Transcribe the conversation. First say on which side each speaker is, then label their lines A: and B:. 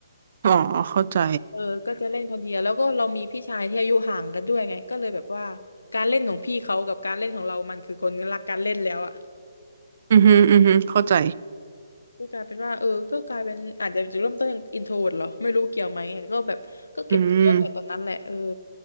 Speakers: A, on the right (about 50°); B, on the left (about 75°).
A: อ๋อเข้าใจ
B: เออก็จะเล่นคนเดียวแล้วก็เรามีพี่ชายที่อายุห่างกันด้วยไงก็เลยแบบว่าการเล่นของพี่เขากับการเล่นของเรา มันคือคนรักการเล่นแล้วอะ
A: อือหืออือหือเข้าใจ
B: ก็กลายเป็นว่าเออก็กลายเป็นอาจจะจุดเริ่มต้นอินโทรดเหรอไม่รู้เกี่ยวไหมก็แบบก็เก็บตัวตั้งแต่ตอนนั้นแหละเออ
A: อืม